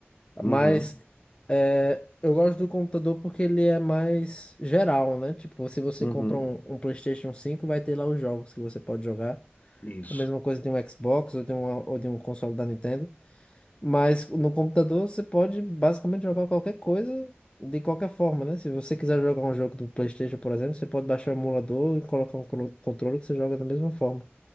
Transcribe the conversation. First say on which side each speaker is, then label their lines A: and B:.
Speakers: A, on the left; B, on the left.
A: uhum,
B: Mas é, eu gosto do computador porque ele é mais geral, né? Tipo, se você
A: uhum.
B: compra um, um PlayStation 5, vai ter lá os jogos que você pode jogar.
A: Isso.
B: A mesma coisa de um Xbox ou de, uma, ou de um console da Nintendo. Mas no computador você pode basicamente jogar qualquer coisa de qualquer forma, né? Se você quiser jogar um jogo do PlayStation, por exemplo, você pode baixar o emulador e colocar um colo- controle que você joga da mesma forma.